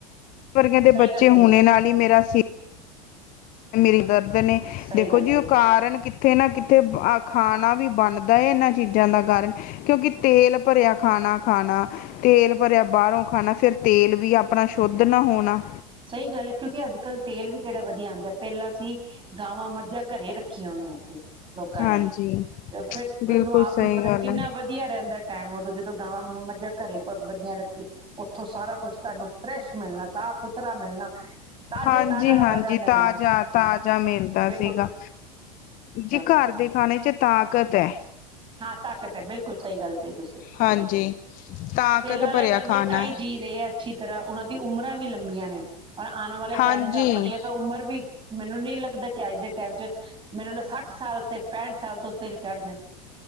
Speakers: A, on the left; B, on the right.
A: ਵਰਗੇ ਦੇ
B: ਸਹੀ
A: ਬੱਚੇ
B: ਗੱਲ
A: ਹੋਣੇ
B: ਕਹੀ
A: ਨਾਲ ਹੀ ਮੇਰਾ ਸ ਮੇਰੀ ਦਰਦ ਨੇ
B: ਸਹੀ
A: ਦੇਖੋ
B: ਗੱਲ
A: ਜੀ
B: ਕਹੀ
A: ਉਹ ਕਾਰਨ ਕਿ ਕਿਤੇ ਨਾ ਕਿਤੇ ਖਾਣਾ ਵੀ ਬਣਦਾ ਇਹਨਾਂ ਚੀਜ਼ਾਂ ਦਾ ਕਾਰਨ। ਕਿਉਂਕਿ ਤੇਲ ਭਰਿਆ ਖਾਣਾ ਖਾਣਾ। ਤੇਲ ਭਰਿਆ ਬਾਹਰੋਂ ਖਾਣਾ, ਫਿਰ ਤੇਲ ਵੀ ਆਪਣਾ ਸ਼ੁੱਧ ਨਾ ਹੋਣਾ।
B: ਸਹੀ ਗੱਲ ਹੈ ਕਿਉਂਕਿ ਅੱਜ ਕੱਲ੍ਹ ਤੇਲ ਵੀ ਕਿਹੜਾ ਵਧੀਆ ਆਉਦਾ, ਪਹਿਲਾਂ ਸੀ ਗਾਵਾਂ, ਮੱਝਾਂ ਘਰੇ ਰੱਖੀਆਂ ਹੋਈਆਂ ਸੀ। ਲੋਕਾਂ
A: ਹਾਂਜੀ
B: ਨੇ, ਤੇ ਫਿਰ ਤੁਹਾਨੂੰ
A: ਬਿਲਕੁਲ
B: ਆਪ
A: ਸਹੀ
B: ਨੂੰ ਪਤਾ
A: ਗੱਲ
B: ਕਿੰਨਾ
A: ਹੈ
B: ਵਾ ਵਧੀਆ ਰਹਿੰਦਾ ਟਾਈਮ, ਉਦੋਂ ਜਦੋਂ ਗਾਵਾਂ- ਮੱਝਾਂ ਘਰੇ ਵਧੀਆ ਰੱਖੀ ਆ ਉੱਥੋਂ ਸਾਰਾ ਕੁਛ ਤੁਹਾਨੂੰ ਫਰੈਸ਼ ਮਿਲਣਾ, ਸਾਫ਼ ਸੁਥਰਾ ਮਿਲਣਾ। ਤਾਜ਼ਾ
A: ਹਾਂਜੀ
B: ਤਾਜ਼ਾ
A: ਹਾਂਜੀ,
B: ਤਾਜ਼ਾ ਮਿਲਣਾ
A: ਤਾਜ਼ਾ-ਤਾਜ਼ਾ ਮਿਲਦਾ
B: ਬਿਲਕੁਲ
A: ਸੀਗਾ।
B: ਚਲੋ
A: ਜੀ ਘਰ
B: ਕੋਈ
A: ਦੇ ਖਾਣੇ 'ਚ ਤਾਕਤ ਹੈ।
B: ਹਾਂ ਤਾਕਤ ਹੈ, ਬਿਲਕੁਲ ਬਿਲਕੁਲ ਸਹੀ ਗੱਲ ਕਹੀ ਤੁਸੀਂ,
A: ਹਾਂਜੀ ਤਾਕਤ
B: ਪਹਿਲਾਂ ਵਾਲੇ
A: ਭਰਿਆ
B: ਬੰਦੇ
A: ਖਾਣਾ
B: ਤਾਈ
A: ਹੈ।
B: ਜੀ ਰਹੇ ਆ ਅੱਛੀ ਤਰ੍ਹਾਂ ਉਹਨਾਂ ਦੀ ਉਮਰਾਂ ਵੀ ਲੰਬੀਆਂ ਨੇ, ਪਰ ਆਉਣ ਵਾਲੇ
A: ਹਾਂਜੀ
B: ਟਾਈਮ 'ਚ ਆਪਣੀਆਂ ਤਾਂ ਉਮਰ ਵੀ ਮੈਨੂੰ ਨੀ ਲੱਗਦਾ ਕਿ ਅੱਜ ਦੇ ਟਾਈਮ 'ਚ, ਮੈਨੂੰ ਸੱਠ ਸਾਲ ਤੇ ਪੈਂਹਠ ਸਾਲ ਤੋਂ ਉੱਤੇ ਵੀ ਚੜ੍ਹ ਜਾਏ।